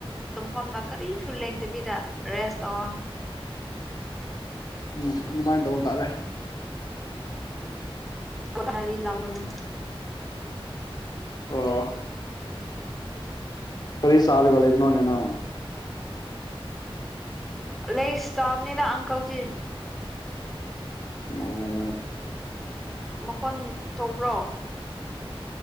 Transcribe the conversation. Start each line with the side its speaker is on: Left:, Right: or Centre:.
Centre: ꯇꯨꯝꯐꯝꯗ ꯀꯔꯤꯁꯨ ꯂꯦꯡꯗꯕꯤꯗ ꯔꯦꯁ ꯇꯧꯑꯣ
Left: ꯎꯝ ꯑꯗꯨꯃꯥꯏꯟ ꯇꯧꯕ ꯇꯥꯔꯦ
Centre: <unintelligible> ꯂꯥꯛꯄꯅꯦ
Left: ꯑꯣ ꯀꯔꯤ ꯆꯥꯔꯒ ꯂꯩꯕꯅꯣꯅꯦ ꯅꯪ
Centre: ꯂꯦꯁ ꯆꯥꯕꯅꯤꯅ ꯑꯪꯀꯜꯆꯤꯞ
Left: ꯑꯣ
Centre: ꯃꯈꯣꯟ ꯊꯣꯛꯄ꯭ꯔꯣ